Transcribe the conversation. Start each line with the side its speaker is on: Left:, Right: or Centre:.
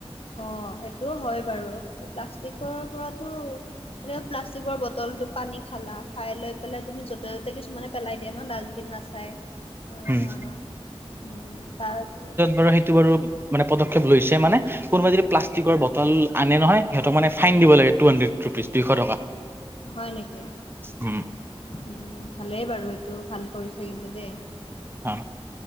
Left: অঁ সেইটোও হয় বাৰু প্লাষ্টিকৰ পৰাতো- মানে প্লাষ্টিকৰ বটল টো পানী- খালা খাই লৈ পেলাই তুমি যতে ত'তে কিছুমানে পেলাই দিয়া ন ডাষ্টবিন নাচাই। তেনেকুৱা
Right: উম
Left: ধৰণৰ উম তাৰফলত-
Right: অ সেইটো বাৰু মানে পদক্ষেপ লৈছে মানে কোনোবাই যদি প্লাষ্টিকৰ বটল আনে নহয় সিহঁতক মানে ফাইন
Left: উম,
Right: দিব লাগে টু হাইড্ৰেট ৰুপিচ দুইশ টকা
Left: হয় নেকি
Right: উম
Left: উম ভালেই বাৰু এইটো ভাল কৰিছে কিন্তু দেই
Right: অ